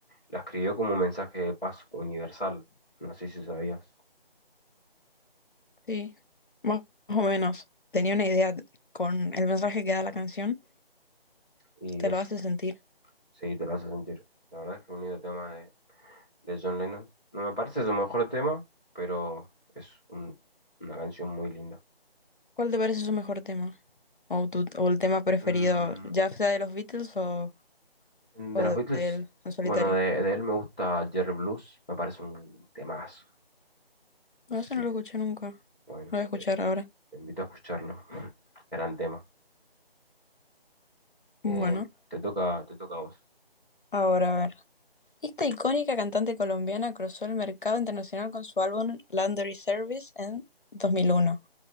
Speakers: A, in the centre; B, on the left.
A: La escribió como un mensaje de paz universal. No sé si sabías.
B: Sí, más o menos. Tenía una idea de- con el mensaje que da la canción,
A: Y
B: te
A: eso,
B: lo hace sentir.
A: sí, te lo vas a sentir. La verdad es que es un lindo tema de, de John Lennon. No me parece su mejor tema, pero es un- una canción muy linda.
B: ¿Cuál te parece su mejor tema? O, tu, o el tema preferido,
A: Mm,
B: ya sea de los Beatles o,
A: de
B: o
A: los
B: de,
A: Beatles,
B: de él en solitario.
A: bueno, de, de él me gusta Jerry Blues, me parece un temazo.
B: No,
A: Así,
B: eso no lo escuché nunca. Lo
A: bueno,
B: voy a escuchar
A: te,
B: ahora.
A: te invito a escucharlo. <laughs> Gran tema. Eh,
B: Bueno,
A: te toca, te toca a vos.
B: ahora a ver. Esta icónica cantante colombiana cruzó el mercado internacional con su álbum Laundry Service en 2001,